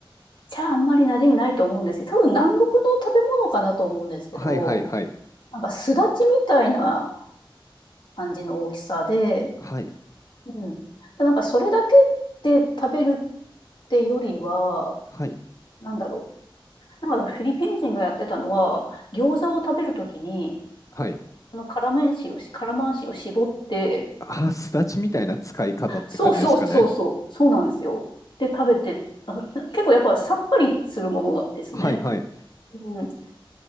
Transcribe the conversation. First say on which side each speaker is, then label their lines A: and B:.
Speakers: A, on the left; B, on the left.
A: 茶はあんまり馴染みないと思うんですけど、多分南国の食べ物かなと思うんですけど、
B: はいはいはい。
A: なんかすだちみたいな感じの大きさで、
B: はい。
A: うん。でもなんかそれだけで食べるってよりは、
B: はい。
A: なんだろう。なんかあのフィリピン人がやってたのは、餃子を食べるときに、
B: はい。
A: その辛麺塩を、辛マンシを絞って、
B: あ、すだちみたいな使い方って感じですかね。
A: そうそうそうそう、そうなんですよ。で、食べて、あ結構やっぱさっぱりするものなんですね。
B: はいはい。
A: うん。